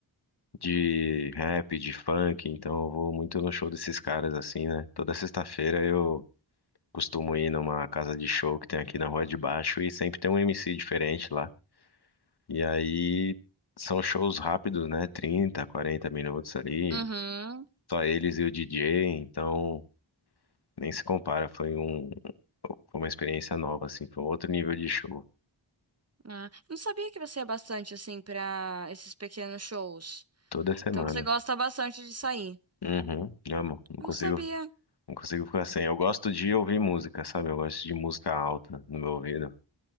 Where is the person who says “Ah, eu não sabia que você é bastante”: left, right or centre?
Right